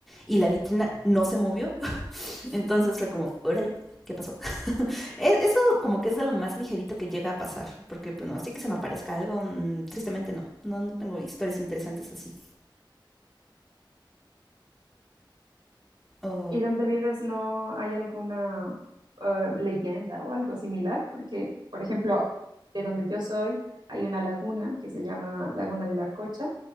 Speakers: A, in the centre; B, on the right.
A: y la vitrina no se movió. Entonces fue como, órale, ¿qué pasó? Es- eso como que es de lo más ligerito que llega a pasar, porque pues no así que se me aparezca algo, mm, tristemente no, no, no tengo historias interesantes así. O,
B: ¿Y donde vives no hay alguna eh, leyenda o algo similar? Porque, por ejemplo, de donde yo soy hay una laguna que se llama Laguna de la Cocha